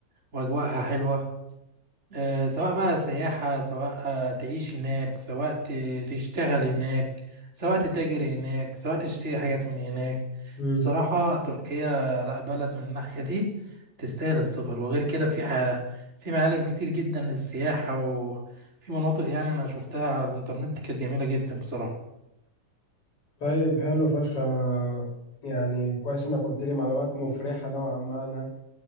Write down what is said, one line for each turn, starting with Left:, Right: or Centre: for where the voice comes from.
Right: وأجواءها حلوة آه، سواء بقى سياحة سواء آه، تعيش هناك سواء ت- تشتغل هناك سواء تتاجر هناك سواء تشتري حاجات من هناك
Left: مم.
Right: بصراحة تركيا لأ بلد من الناحية دي تستاهل السفر وغير كده في ح- في معالم كتير جدا للسياحة وفي مناطق يعني أنا شفتها على الإنترنت كانت جميلة جدا بصراحة
Left: طيب حلو فشخ انا يعني كويس انك قلت لي معلومات مفرحة نوعا ما عنها